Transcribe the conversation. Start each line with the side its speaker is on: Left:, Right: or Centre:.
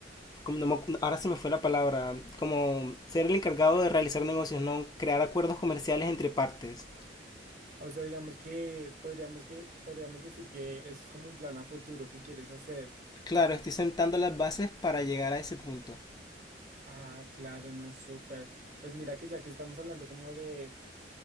Left: como no me acu- ahora se me fue la palabra, como ser el encargado de realizar negocios, no crear acuerdos comerciales entre partes.
Right: O sea, digamos que podríamos que, podríamos decir que eso es como un plan a futuro que quieres hacer.
Left: Claro, estoy sentando las bases para llegar a ese punto.
Right: Ah, claro, no, súper. Pues mira que ya que estamos hablando como de